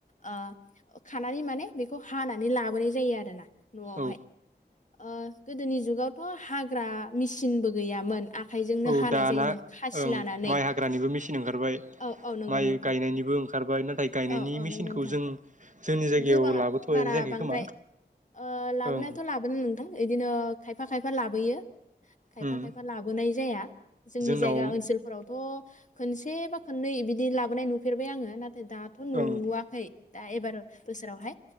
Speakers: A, on the left (about 45°); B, on the right (about 45°).
A: ओ खानानै माने बेखौ हानानै लाबोनाय जायो आरोना। न'आवहाय।
B: औ
A: ओ गोदोनि जुगावथ' हाग्रा मेसिनबो गैयामोन। आखाइजोंनो
B: औ
A: हानाय
B: दाना
A: जायोमोन खासि
B: ओं
A: लानानै।
B: माइ हाग्रानिबो मेचिन ओंखारबाय
A: औ औ नंगौ
B: माइ
A: नोंथां
B: गायनायनिबो ओंखारबाय नाथाय गायनायनि
A: औ औ
B: मेचिनखौ
A: नंगौ नोंथां
B: जों जोंनि जायगायाव
A: गोबां
B: लाबोथ'नाय
A: बारा
B: जायाखै
A: बांद्राय
B: खोमा
A: ओ लाबोनायाथ'
B: ओं।
A: लाबोनो नोंथां इदिनो खायफा खायफा लाबोयो खायफा
B: उम
A: खायफा लाबोनाय जाया जोंनि
B: जोंनाव
A: जायगा ओनसोलफोरावथ' खनसे बा खननै बिदि लाबोनाय नुफेरबाय आङो ना नाथाय दाथ' नुवाखै
B: ओं
A: दा एबार बोसोरावहाय।